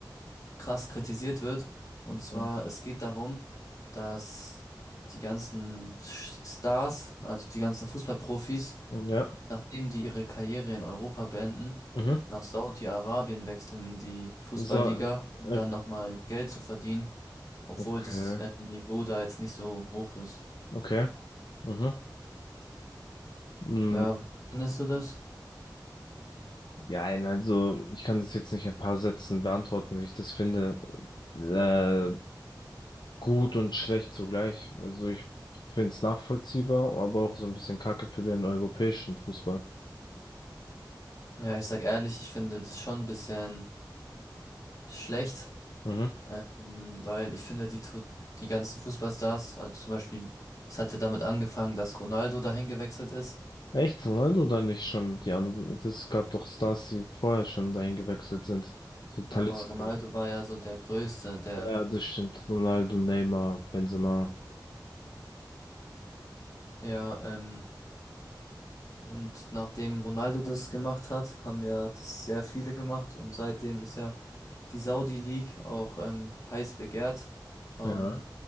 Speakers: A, on the left (about 45°); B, on the left (about 70°).
A: krass kritisiert wird. Und zwar,
B: Ähm,
A: es geht darum, dass die ganzen Sch- Stars, also die ganzen Fußballprofis,
B: Ja.
A: Nachdem die ihre Karriere in Europa beenden,
B: Mhm.
A: nach Saudi-Arabien wechseln in die Fußballliga,
B: So,
A: um
B: äh,
A: dann nochmal Geld zu verdienen, obwohl
B: okay.
A: das äh, Niveau da jetzt nicht so hoch ist.
B: Okay. Mhm. Mm,
A: Ja, findest du das?
B: Ja, nein, also ich kann das jetzt nicht in ein paar Sätzen beantworten, wie ich das finde. Äh, gut und schlecht zugleich. Also ich finde es nachvollziehbar, aber auch so ein bisschen Kacke für den europäischen Fußball.
A: Ja, ich sag ehrlich, ich finde das schon ein bisschen schlecht,
B: Mhm.
A: ähm, weil ich finde, die, tu- die ganzen Fußballstars, also zum Beispiel, es hat ja damit angefangen, dass Ronaldo dahin gewechselt ist.
B: Echt, Ronaldo oder nicht schon die anderen? Es gab doch Stars, die vorher schon dahin gewechselt sind. So Talisca
A: Ja, aber Ronaldo
B: und so.
A: war ja so der Größte, der,
B: Ja, ja, das stimmt. Ronaldo, Neymar, Benzema.
A: ja, ähm, Und nachdem Ronaldo das gemacht hat, haben ja das sehr viele gemacht und seitdem ist ja die Saudi League auch ähm, heiß begehrt von
B: Ja.